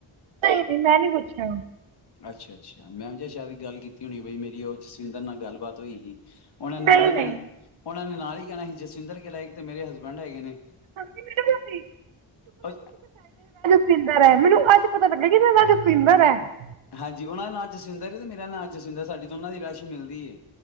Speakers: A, on the right; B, on the left.
A: ਨਹੀਂ ਨਹੀਂ ਮੈਂ ਨਹੀਂ ਪੁੱਛਿਆ।
B: ਅੱਛਾ ਅੱਛਾ ਮੈਂ ਸ਼ਾਇਦ ਗੱਲ ਕੀਤੀ ਹੋਣੀ ਬਈ ਮੇਰੀ ਉਹ ਜਸਵਿੰਦਰ ਨਾਲ ਗੱਲਬਾਤ ਹੋਈ ਸੀ। ਉਹਨਾਂ
A: ਨਹੀਂ
B: ਨੇ ਨਾਲ ਹੀ
A: ਨਹੀਂ
B: ਪੈਣ ਉਹਨਾਂ ਨੇ ਨਾਲ ਕੀ ਕਹਿਣਾ ਸੀ? ਜਸਵਿੰਦਰ ਕਿਹੜਾ ਇੱਕ ਤੇ ਮੇਰੇ ਹਸਬੈਂਡ ਹੈਗੇ ਨੇ।
A: ਮੰਮੀ ਮੈਨੂੰ ਦੱਸੀ
B: ਅ
A: ਪੀਂਦਾ ਰਿਹਾ ਐ। ਮੈਨੂੰ ਅੱਜ ਪਤਾ ਲੱਗਿਆ <unintelligible> <unintelligible>
B: ਹਾਂਜੀ ਉਹਨਾਂ ਦਾ ਨਾਂ ਜਸਵਿੰਦਰ ਐ ਤੇ ਮੇਰਾ ਨਾਂ ਜਸਵਿੰਦਰ ਸਾਡੀ ਦੋਨਾਂ ਦੀ ਰਾਸ਼ੀ ਮਿਲਦੀ ਐ।